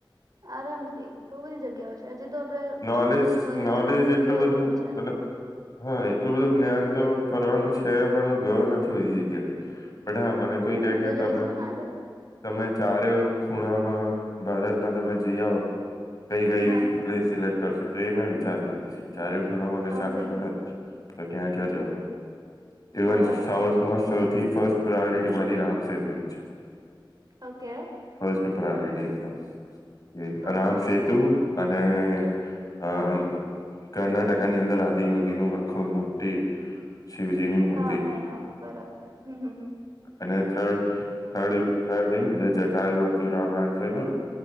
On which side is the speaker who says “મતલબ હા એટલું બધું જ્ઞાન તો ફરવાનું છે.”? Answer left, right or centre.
Left